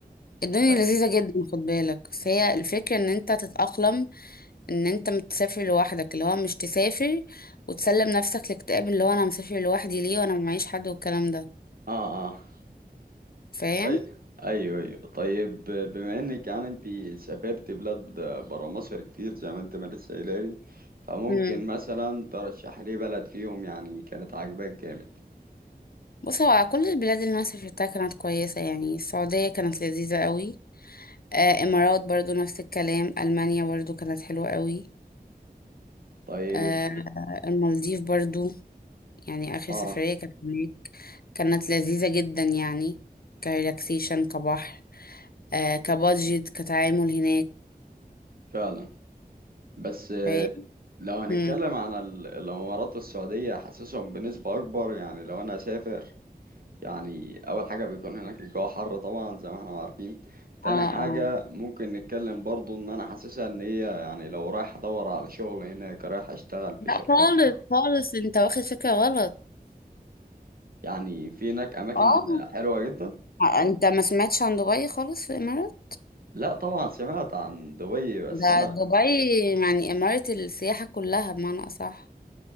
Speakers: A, on the left; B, on the right.
A: الدنيا
B: طيب
A: لذيذة جدا خد بالك بس هي الفكرة ان انت تتأقلم ان انت متسافر لوحدك اللي هو مش تسافر وتسلم نفسك لاكتئاب اللي هو انا مسافر لوحدي ليه وانا معيش حد والكلام ده
B: اه اه
A: فاهم
B: طيب ايوه ايوه طيب بما انك يعني انت سافرت بلاد بره مصر كتير زي ما انت ما لسه قايله لي فممكن
A: امم
B: مثلا ترشح لي بلد فيهم يعني كانت عاجباك جامد
A: بص هو كل البلاد اللي انا سافرتها كانت كويسه يعني السعوديه كانت لذيذه قوي آه امارات برضو نفس الكلام المانيا برضو كانت حلوه قوي
B: طيب
A: آه المالديف برضو يعني اخر
B: اه
A: سفريه كانت هناك كانت لذيذه جدا يعني كريلاكسيشن كبحر آه كبادجت كتعامل هناك
B: فعلا بس آه،
A: فاهم
B: لو هنتكلم
A: امم
B: عن ال- الامارات والسعوديه حاسسهم بنسبه اكبر يعني لو انا هسافر يعني اول حاجه بيكون هناك الجو حر طبعا زي ما احنا عارفين تاني
A: اه
B: حاجه ممكن نتكلم برضو ان انا حاسسها ان هي يعني لو رايح ادور على شغل هناك رايح اشتغل في
A: لا
B: شركات
A: خالص
B: حلوه
A: خالص انت واخد فكرة غلط
B: يعني في هناك اماكن
A: اه
B: حلوه جدا
A: انت ما سمعتش عن دبي خالص في الامارات
B: لا طبعا سمعت عن دبي بس
A: ده
B: انا
A: دبي يعني امارة السياحة كلها بمعنى اصح